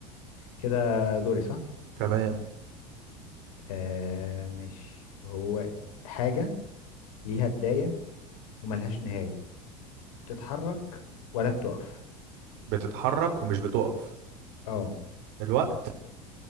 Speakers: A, on the left; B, on the right.
A: كده دوري صح
B: تمام
A: آه مش هو حاجة ليها بداية وملهاش نهاية بتتحرك ولا بتقف
B: بتتحرك ومش بتقف
A: اه
B: الوقت